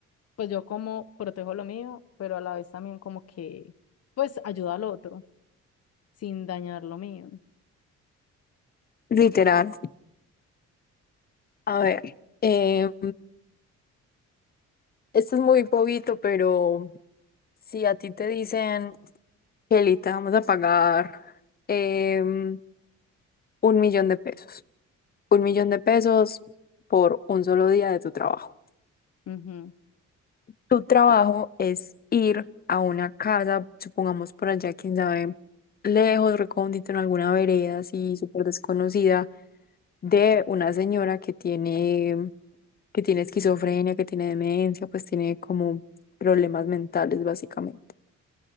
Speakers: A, on the left; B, on the left.
A: pues yo como protejo lo mío, pero a la vez también como que, pues ayuda al otro sin dañar lo mío.
B: Literal. A ver, eh, esto es muy bobito, pero si a ti te dicen, Kelly, te vamos a pagar eh, un millón de pesos, un millón de pesos por un solo día de tu trabajo.
A: Ujú.
B: Tu trabajo es ir a una casa, supongamos por allá, quién sabe, lejos, recóndito, en alguna vereda así súper desconocida, de una señora que tiene, que tiene esquizofrenia, que tiene demencia, pues tiene como problemas mentales básicamente.